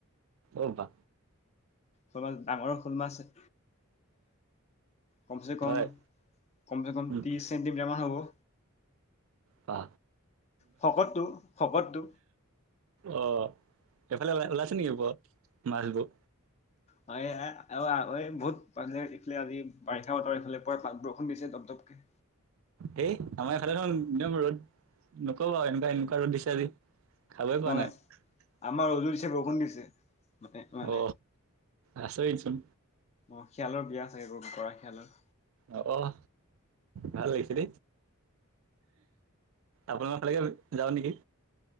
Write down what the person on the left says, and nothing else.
শল মাছ ডাঙৰ শল মাছ। কমছে কম
কমছে কম
ত্ৰিছ চেণ্টিমিটাৰ মান হ'ব।
শকতটো শকতটো
হয় এ এ আ ঐ বহুত মানে এইফালে আজি বাৰিষা বতৰ এইফালে পুৱা পাত বৰষুণ দিছে ত পতককে
নহয়
আমাৰ অলিও দিছে বৰষুণ দিছে মানে মানে
অ খিয়েলালৰ বিয়া চাগে গ কৰা খিয়ালৰ